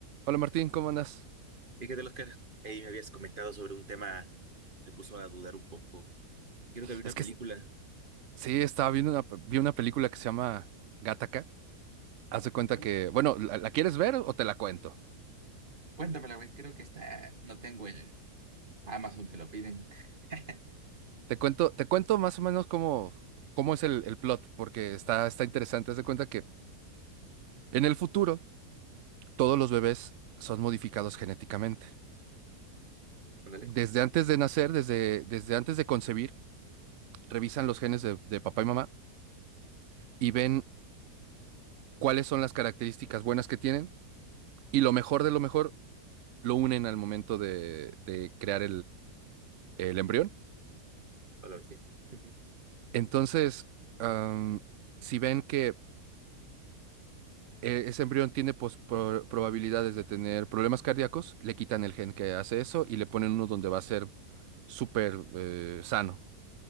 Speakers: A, on the right; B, on the right.
A: Hola Martín, ¿cómo andas?
B: ¿Y qué tal, Oscar? Ahí me habías comentado sobre un tema que te puso a dudar un poco. Creo que había una
A: Es que
B: película.
A: es- sí, estaba viendo una, pe- vi una película que se llama Gattaca. Haz
B: A ver,
A: de cuenta
B: cuéntame.
A: que, bueno, ¿la, la quieres ver o te la cuento?
B: Cuéntamela, güey. Creo que está. No tengo el Amazon, te lo piden. <laughs>
A: Te cuento, te cuento más o menos cómo, cómo es el, el plot, porque está, está interesante. Haz de cuenta que en el futuro todos los bebés son modificados genéticamente.
B: Ándale,
A: Desde antes de nacer, desde, desde antes de concebir, revisan los genes de, de papá y mamá y ven cuáles son las características buenas que tienen y lo mejor de lo mejor lo unen al momento de, de crear el embrión.
B: a la bestia. <laughs>
A: Entonces, am, si ven que eh, ese embrión tiene pos- pro- probabilidades de tener problemas cardíacos, le quitan el gen que hace eso y le ponen uno donde va a ser súper eh, sano.